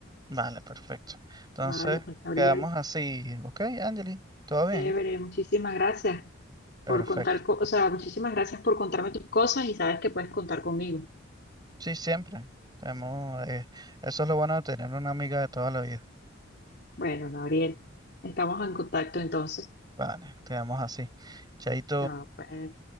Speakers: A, on the right (about 20°); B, on the left (about 50°).
A: Vale, perfecto. Entonces,
B: Vale, pues Gabriel,
A: quedamos así. Ok, Angeli, ¿todo bien?
B: chévere, muchísimas gracias
A: Perfecto.
B: por contar, co- o sea, muchísimas gracias por contarme tus cosas y sabes que puedes contar conmigo.
A: Sí, siempre. Tenemos, eh, eso es lo bueno de tener una amiga de toda la vida.
B: Bueno, Gabriel, estamos en contacto entonces.
A: Vale, quedamos así. Chaito.
B: Chao, pues.